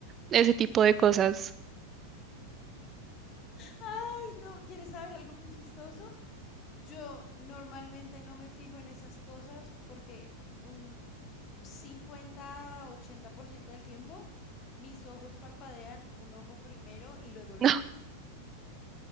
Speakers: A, on the right (about 25°); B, on the left (about 35°).
A: ese tipo de cosas. <laughs>
B: Ay, no, ¿quieres saber algo muy chistoso? Yo normalmente no me fijo en esas cosas porque un, cincuenta a ochenta por ciento del tiempo, mis ojos parpadean un ojo primero y luego los
A: No,
B: dos.